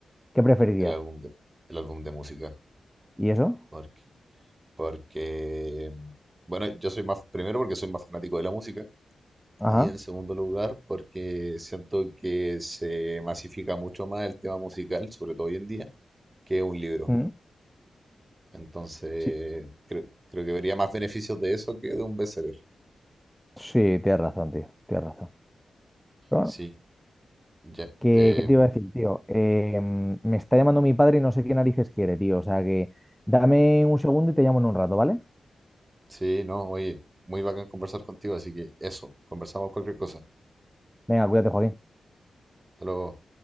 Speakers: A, in the centre; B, on the right (about 25°).
A: ¿Qué preferirías?
B: El álbum de, el álbum de música.
A: ¿Y eso?
B: Porque, porque, bueno, yo soy más, primero porque soy más fanático de la música.
A: Ajá.
B: Y en segundo lugar, porque siento que se masifica mucho más el tema musical, sobre todo hoy en día, que un libro.
A: mm,
B: Entonces,
A: Sí,
B: creo, creo que vería más beneficios de eso que de un bestseller.
A: sí, tienes razón, tío, tienes razón. Pero
B: Sí.
A: bueno,
B: Ya,
A: ¿qué,
B: em,
A: qué te iba a decir, tío? Eh, mm, me está llamando mi padre y no sé qué narices quiere, tío. O sea que dame un segundo y te llamo en un rato, ¿vale?
B: sí, no, oye, muy bacán conversar contigo, así que eso, conversamos cualquier cosa.
A: Venga, cuídate, Joaquín.
B: Hasta luego.